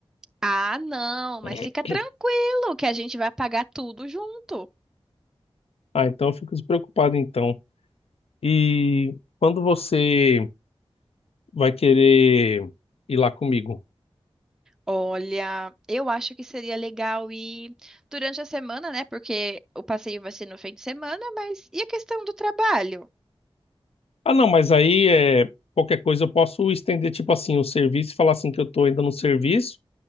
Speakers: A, in the centre; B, on the left.
A: Ah, não, mas
B: <coughs>
A: fica tranquilo que a gente vai pagar tudo junto.
B: Ah, então eu fico despreocupado então. E quando você vai querer ir lá comigo?
A: Olha, eu acho que seria legal ir durante a semana, né? Porque o passeio vai ser no fim de semana, mas e a questão do trabalho?
B: Ah, não, mas aí é qualquer coisa eu posso estender tipo assim o serviço e falar assim que eu tô ainda no serviço.